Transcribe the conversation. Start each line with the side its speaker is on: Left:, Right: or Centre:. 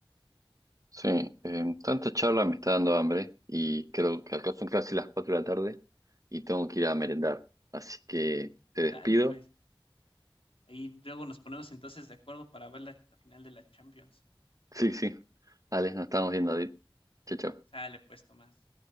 Right: Sí, em, tanta charla me está dando hambre y creo que acá son casi las 4 de la tarde y tengo que ir a merendar. Así que te
Left: Sale
Right: despido.
Left: pues. Ahí luego nos ponemos entonces de acuerdo para ver la, la final de la Champions.
Right: Sí, sí. Alex, nos estamos viendo. Adit. Chao, chao.
Left: Sale pues, Tomás.